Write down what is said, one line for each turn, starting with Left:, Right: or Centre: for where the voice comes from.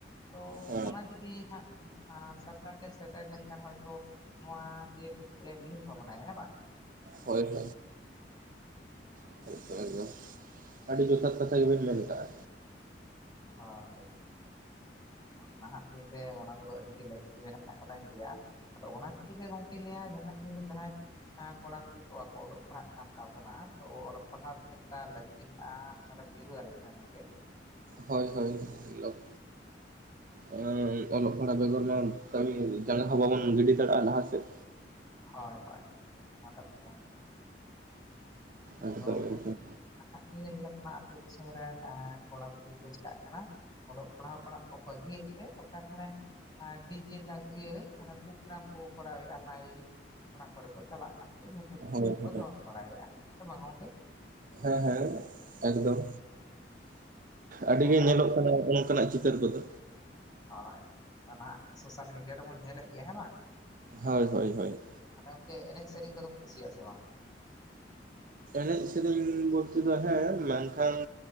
Left: ᱛᱚ
Right: ᱦᱮᱸ
Left: ᱚᱱᱟ ᱡᱩᱫᱤ ᱦᱟᱸᱜ ᱥᱟᱨᱠᱟᱨ ᱰᱮᱱ ᱥᱮᱴᱮᱨ ᱞᱮᱱᱠᱷᱟᱱ ᱦᱚᱭᱛᱳ ᱱᱚᱣᱟ ᱫᱤᱭᱮ ᱠᱟᱹᱴᱤᱡ ᱮ ᱩᱭᱦᱟᱹᱨ ᱵᱷᱟᱵᱽᱱᱟᱭᱟ ᱦᱮᱸ ᱵᱟᱝ
Right: ᱦᱳᱭ ᱦᱳᱭ <unintelligible> ᱟᱹᱰᱤ ᱡᱚᱛᱷᱟᱛ ᱠᱟᱛᱷᱟ ᱜᱮᱵᱮᱱ ᱢᱮᱱ ᱟᱠᱟᱜᱼᱟ᱾
Left: ᱟᱭ ᱱᱟᱦᱟᱜ ᱫᱤᱱ ᱨᱮ ᱚᱱᱟ ᱠᱚᱫᱚ ᱟᱹᱰᱤᱜᱮ ᱞᱟᱹᱠᱛᱤ ᱢᱮᱱᱟᱜ ᱟᱠᱟᱫᱟᱧ ᱞᱟᱹᱭᱟ᱾ ᱟᱫᱚ ᱚᱱᱟ ᱠᱷᱟᱹᱛᱤᱨ ᱛᱮ ᱜᱚᱢᱠᱮ ᱞᱟᱹᱭᱟ ᱡᱟᱦᱟᱱᱟᱜ ᱡᱩᱫᱤ ᱡᱟᱦᱟᱸᱭ ᱦᱮᱸ ᱠᱚᱲᱟ ᱠᱩᱲᱤ ᱠᱚ ᱵᱟᱠᱚ ᱚᱞᱚᱜ ᱯᱟᱲᱦᱟᱜ ᱠᱟᱱ ᱛᱟᱵᱚᱱᱟ ᱛᱚ ᱚᱞᱚᱜ ᱯᱟᱲᱦᱟᱣ ᱛᱤᱱᱟᱹᱜ ᱴᱟ ᱞᱟᱹᱠᱛᱤ ᱛᱟᱦᱚᱞᱮᱢ ᱵᱩᱡᱷᱟᱹᱣ ᱫᱟᱲᱮᱭᱟᱜ ᱠᱟᱱᱟ ᱜᱚᱝᱠᱮ
Right: ᱦᱳᱭ ᱦᱳᱭ ᱚᱞᱚᱜ ᱟᱢ, ᱚᱞᱚᱜ ᱯᱟᱲᱦᱟᱜ ᱵᱮᱜᱚᱨ ᱢᱟ ᱠᱟᱹᱢᱤ ᱡᱟᱸᱜᱟ ᱦᱚᱸ ᱵᱟᱵᱚᱱ ᱜᱤᱰᱤ ᱫᱟᱲᱮᱭᱟᱜᱼᱟ ᱞᱟᱦᱟᱥᱮᱫ᱾
Left: ᱦᱳᱭ ᱦᱳᱭ ᱚᱱᱟ ᱠᱟᱛᱷᱟ ᱠᱟᱱ ᱜᱮᱭᱟ᱾
Right: ᱮᱠᱫᱚᱢ
Left: ᱛᱚ
Right: ᱮᱠᱫᱚᱢ
Left: ᱱᱟᱦᱟᱜ ᱫᱤᱱ ᱨᱮ ᱧᱮᱞᱚᱜ ᱠᱟᱱᱟ ᱟᱹᱛᱳ ᱫᱤᱥᱚᱢ ᱨᱮᱱ ᱠᱚᱲᱟ- ᱠᱩᱲᱤ ᱠᱚ ᱪᱤᱠᱟᱜ ᱠᱟᱱᱟ, ᱚᱞᱚᱜ ᱯᱟᱲᱦᱟᱣ ᱠᱚ ᱵᱟᱹᱜᱤᱭᱮᱫ ᱛᱮ ᱚᱠᱟ ᱨᱮ ᱦᱟᱱᱮ ᱟᱨ ᱰᱤᱡᱮ ᱞᱟᱜᱤᱭᱟᱹ ᱯᱨᱳᱜᱨᱟᱢ ᱠᱚ ᱠᱚᱨᱟᱣ ᱮᱜ-ᱟ <unintelligible> ᱚᱱᱟ ᱠᱚᱨᱮ ᱠᱚ ᱪᱟᱞᱟᱜ ᱠᱟᱱᱛᱮ ᱡᱷᱟᱹᱯᱩ ᱡᱷᱟᱹᱯᱩ
Right: ᱦᱳᱭ
Left: ᱠᱚ
Right: ᱦᱳᱭ
Left: ᱫᱚᱱ ᱵᱟᱲᱟᱭᱮᱫᱼᱟ, ᱥᱮ ᱵᱟᱝ ᱜᱚᱝᱠᱮ?
Right: ᱦᱮᱸ ᱦᱮᱸ ᱮᱠᱫᱚᱢ ᱟᱹᱰᱤᱜᱮ
Left: ᱟᱨ
Right: ᱧᱮᱞᱚᱜ ᱠᱟᱱᱟᱜ ᱚᱝᱠᱟᱱᱟᱜ ᱪᱤᱛᱟᱹᱨ ᱠᱚᱫᱚ᱾
Left: ᱦᱳᱭ ᱱᱟᱦᱟᱜ ᱥᱳᱥᱟᱞ ᱢᱤᱰᱤᱭᱟ ᱨᱮᱵᱚᱱ ᱧᱮᱞᱮᱫ ᱜᱮᱭᱟ ᱦᱮᱸ ᱵᱟᱝ
Right: ᱦᱳᱭ ᱦᱳᱭ ᱦᱳᱭ
Left: ᱟᱫᱚ ᱜᱚᱝᱠᱮ ᱮᱱᱮᱡ ᱥᱮᱨᱮᱧ ᱠᱚᱫᱚᱢ ᱠᱩᱥᱤᱭᱟᱜ ᱥᱮ ᱵᱟᱝ?
Right: ᱮᱱᱮᱡ ᱥᱮᱨᱮᱧ ᱵᱚᱞᱛᱮ ᱫᱚ ᱦᱮᱸ ᱢᱮᱱᱠᱷᱟᱱ